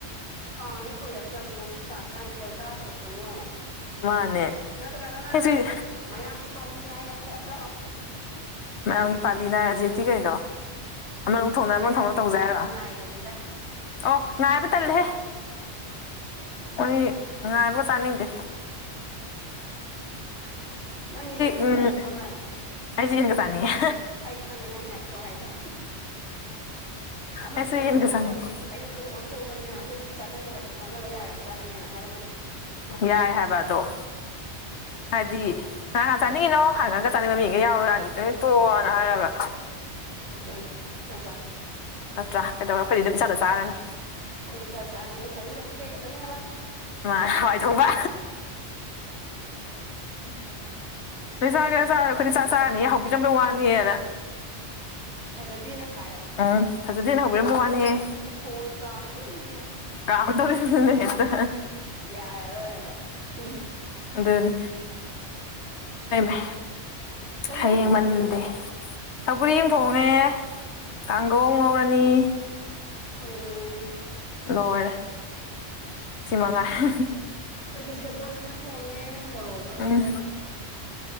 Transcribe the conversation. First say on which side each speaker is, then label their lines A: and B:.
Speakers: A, on the right; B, on the left.
A: ꯀꯥꯡꯁꯨ ꯀꯨꯏꯔꯛꯇ꯭ꯔꯕꯅꯤ ꯉꯁꯤꯒꯤ ꯇꯥꯡ ꯇꯔꯥꯅꯤꯊꯣꯏ ꯇꯔꯥ ꯇꯔꯨꯛꯇꯅꯦ ꯌꯦꯡꯉꯨ
B: ꯃꯥꯅꯦ
A: ꯅꯠꯇ꯭ꯔꯒꯅ
B: ꯈꯦꯆ꯭ꯔꯤ
A: ꯃꯌꯥꯝꯒꯤ ꯄꯥꯜꯂꯤ ꯉꯥꯏꯔꯁꯦ ꯍꯥꯏꯕ꯭ꯔꯣ
B: ꯃꯌꯥꯝꯒꯤ ꯄꯥꯜꯂꯤ ꯅꯥꯢꯔꯥꯖꯦꯗꯤ ꯀꯩꯅꯣ ꯑꯃꯥꯅ ꯑꯃꯨꯛ ꯊꯣꯡ ꯑꯃꯨꯛ
A: ꯃꯌꯥꯝꯒꯤ
B: ꯊꯣꯡ ꯇꯧꯖꯦ
A: ꯄꯥꯜꯂꯤ
B: ꯍꯥꯏꯔꯣ
A: ꯉꯥꯏꯔꯁꯤꯔꯥ ꯍꯥꯏꯕ
B: ꯑꯣ ꯉꯥꯏꯕ ꯇꯜꯂꯦꯍꯦ ꯃꯣꯏ ꯉꯥꯏꯕꯒ ꯆꯥꯅꯤꯡꯗꯦ
A: ꯅꯪꯗꯤ ꯌꯦꯟꯒ
B: ꯎꯝ
A: ꯆꯥꯅꯤꯡꯕ ꯃꯥꯜꯂꯦ
B: ꯑꯩꯗꯤ ꯌꯦꯟꯒ ꯆꯥꯅꯤꯡꯉꯦ
A: ꯑꯩ ꯈꯪꯉꯦ ꯅꯪ ꯍꯥꯏ ꯈꯨꯍꯥꯏꯗꯣ ꯑꯃꯗꯨꯁꯨ
B: ꯑꯩꯁꯨ ꯌꯦꯟꯒ
A: ꯍꯧꯗꯣꯛꯑꯝꯕꯅꯦ
B: ꯆꯥꯅꯤꯡꯉꯦ
A: ꯑꯌꯨꯛꯇ ꯑꯣꯟꯊꯣꯛꯑꯕꯅꯤꯅ ꯑꯩꯈꯣꯏ ꯆꯥꯟꯅꯖꯩ ꯍꯥꯏꯕꯗꯣ ꯆꯥꯟꯅꯕ ꯌꯥꯔꯕ ꯖꯥꯠꯅꯦꯅ ꯍꯥꯏꯔꯝꯕꯅꯦ
B: ꯌꯥꯔꯦ ꯍꯥꯢꯕ ꯑꯗꯣ ꯍꯥꯢꯗꯤ ꯀꯥꯅ ꯀꯥꯅ ꯆꯥꯅꯤꯡꯉꯤꯅꯣ ꯍꯪꯉꯥꯡꯒ ꯆꯥꯅꯤꯡꯕ ꯃꯤꯒ ꯌꯥꯎꯔꯣ ꯌꯥꯎꯅꯤꯡꯗꯥꯕꯩ ꯇꯣꯛꯑꯣ ꯍꯥꯏꯔꯒ
A: ꯑꯗꯨꯅꯤ ꯅꯠꯇ꯭ꯔꯥ
B: ꯅꯠꯇ꯭ꯔꯥ ꯀꯩꯗꯧꯔꯦ ꯑꯩꯈꯣꯏꯗꯤ ꯑꯗꯨꯝ ꯏꯆꯥꯗ ꯆꯥꯔꯅꯤ
A: ꯈꯣꯢꯗꯤ ꯢꯆꯥ ꯆꯥꯔꯅꯤ ꯑꯩꯅ ꯆꯥꯅꯤꯡꯗꯕꯗꯤ ꯀꯩ ꯈꯠꯇꯅꯤ ꯍꯥꯢꯕ
B: ꯃꯥ ꯍꯋꯥꯏ ꯊꯣꯡꯕ
A: <unintelligible>
B: ꯅꯣꯏ ꯆꯥꯒꯦꯔ ꯆꯥꯔꯣꯏꯔ ꯑꯈꯣꯢꯗꯤ ꯏꯆꯥ ꯆꯥꯔꯥꯅꯤꯅꯦ ꯍꯧꯕꯤꯔꯝꯕꯩ ꯋꯥꯅꯤꯅ
A: ꯐꯖꯗꯦ ꯅꯪ ꯀꯥꯏꯌꯣ
B: ꯎꯝ ꯐꯖꯗꯦꯅ ꯍꯧꯕꯤꯔꯝꯕꯩ
A: ꯑꯃ ꯑꯃꯗ
B: ꯋꯥꯅꯦꯍꯦ
A: ꯂꯣꯠꯂꯁꯨ ꯁꯤꯗꯤ ꯐꯣꯡꯅ ꯀꯥꯝꯗꯧꯔꯤꯕꯅꯤꯅ
B: ꯀꯥꯝꯗꯣꯔꯤꯕꯅꯦ ꯍꯦꯛꯇꯥ
A: ꯌꯥꯔꯔꯣꯏꯕ ꯎꯝ
B: ꯑꯗꯨꯅꯤ <unintelligible>
A: ꯀꯩ ꯌꯦꯟꯖꯥꯡ
B: ꯍꯌꯦꯡ
A: ꯊꯣꯡꯉꯒꯦ
B: ꯃꯟꯗꯦ
A: ꯅꯪꯕꯣ
B: ꯁꯧꯒꯔꯤ ꯑꯃ ꯊꯣꯡꯉꯦ ꯀꯥꯡꯈꯧ ꯑꯃ ꯉꯧꯔꯅꯤ
A: ꯎꯝ ꯎꯝ
B: ꯂꯣꯏꯔꯦ ꯁꯤꯃꯉꯥꯢ
A: ꯑꯈꯣꯢꯗꯤ ꯁꯦꯕꯣꯠ ꯑꯃ ꯊꯣꯡꯉꯦ ꯃꯣꯔꯣꯛ ꯑꯃ
B: ꯎꯝ
A: ꯃꯦꯠꯂꯅꯤ